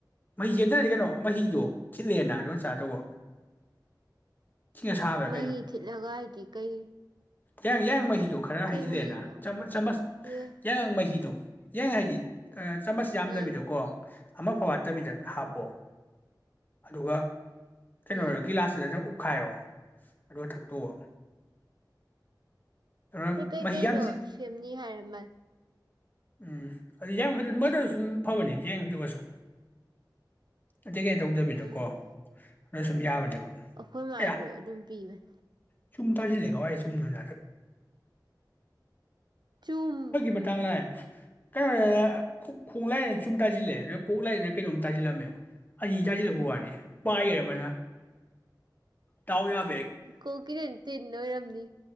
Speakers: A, on the left; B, on the right.
A: ꯃꯍꯤ ꯆꯦꯟꯗꯔꯗꯤ ꯀꯩꯅꯣ ꯃꯍꯤꯗꯨ ꯊꯤꯠꯂꯦꯅ ꯑꯗꯨꯒ ꯆꯥꯗꯧꯕ ꯏꯁꯤꯡ ꯑꯁꯥꯕꯔ
B: ꯃꯍꯤ ꯊꯤꯠꯂꯒ ꯍꯥꯏꯗꯤ ꯀꯩ
A: ꯌꯥꯡ ꯌꯥꯡꯉꯪ ꯃꯍꯤ ꯑꯗꯨ ꯈꯔ
B: ꯀꯩ
A: ꯍꯩꯖꯤꯜꯂꯦꯅ
B: ꯃꯍꯤꯅꯣ
A: ꯆꯃꯁ ꯆꯃꯁ
B: ꯑꯦ
A: ꯌꯥꯏꯉꯪ ꯃꯍꯤꯗꯨ ꯌꯥꯡꯉꯪ ꯍꯥꯏꯗꯤ ꯆꯃꯁ ꯌꯥꯝꯗꯕꯤꯗꯀꯣ
B: ꯑꯥ
A: ꯑꯃꯐꯥꯎ ꯋꯠꯇꯕꯤꯗ ꯍꯥꯞꯄꯣ ꯑꯗꯨꯒ ꯀꯩꯅꯣ
B: ꯎꯝ
A: ꯑꯣꯏꯔꯣ ꯒꯤꯂꯥꯁꯁꯤꯗ ꯁꯨꯝ ꯎꯞꯈꯥꯏꯔꯣ ꯑꯗꯨ ꯊꯛꯇꯣꯛꯑꯣ ꯑꯗꯨꯅ
B: ꯀꯩ ꯀꯩꯀꯩꯅꯣ
A: ꯃꯍꯤ ꯌꯥꯝ ꯆꯤ
B: ꯁꯦꯝꯅꯤ ꯍꯥꯏꯔꯃꯜ
A: ꯎꯝ ꯑꯗꯨ ꯌꯥꯝꯛꯇꯔꯁꯨ ꯐꯕꯅꯤ ꯌꯥꯏꯉꯪ ꯇꯨꯒꯁꯨ ꯅꯇꯦ ꯀꯩꯅ ꯇꯧꯗꯕꯤꯗꯀꯣ
B: ꯎꯝ
A: ꯑꯗꯨꯅ ꯁꯨꯝ ꯌꯥꯕꯅꯦꯕ
B: ꯑꯩꯈꯣꯏ ꯃꯥꯗꯨ
A: ꯑꯌꯥ
B: ꯑꯗꯨꯝ ꯄꯤꯕꯟ
A: ꯆꯨꯝ ꯇꯖꯂꯤ ꯀꯋꯥꯏ ꯆꯨꯝ ꯆꯨꯝ
B: ꯆꯨꯝ
A: ꯃꯇꯥꯡ ꯂꯥꯛꯑꯦ ꯀꯩꯅꯣ ꯗꯅ ꯈꯣꯡ ꯂꯥꯏꯗ ꯆꯨꯝ ꯇꯥꯁꯤꯜꯂꯦ ꯑꯗ ꯀꯣꯛ ꯂꯥꯏꯗꯅ ꯀꯩꯅꯣꯝ ꯇꯥꯁꯤꯜꯂꯝꯃꯦ ꯑꯅꯤ ꯇꯥꯁꯤꯜꯂꯛꯄ ꯋꯥꯅꯤ ꯄꯥꯏꯔꯦ ꯑꯃꯅ ꯇꯥꯎ ꯌꯥ
B: ꯀꯣꯀꯤꯗꯅ ꯇꯟꯅ ꯑꯣꯏꯔꯝꯗꯤ